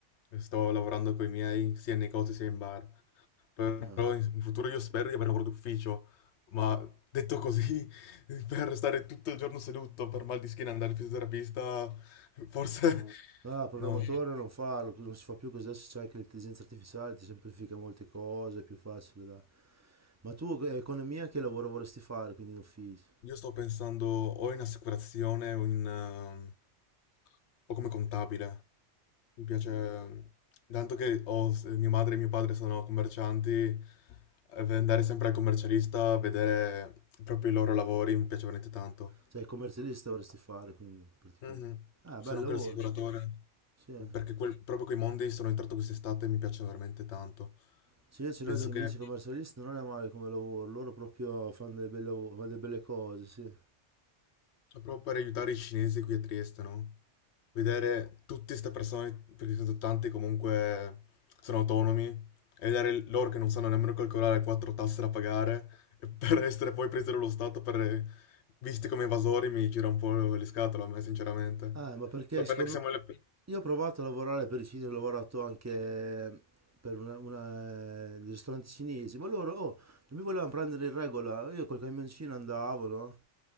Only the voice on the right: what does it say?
eh.
Ah, programmatore
non farlo, non si fa più così, adesso c'è anche l'intelligenza artificiale, ti semplifica molte cose, è più facile da... Ma tu eh, economia che lavoro vorresti fare, quindi in ufficio?
Cioè commercialista vorresti fare, quindi praticamente.
Ah,
bel lavoro,
sì. Sì, eh.
Sì, io ce
l'ho dei
amici commercialisti, non è male come lavoro, loro proprio fanno dei bei lavori- fanno delle belle cose, sì.
Eh, ma perché
secondo
me...
Io ho provato a lavorare per i cinesi, ho lavorato anche eh, per una, una, eh, dei ristoranti cinesi, ma loro, oh, non mi volevano prendere in regola, io col camioncino andavo, no?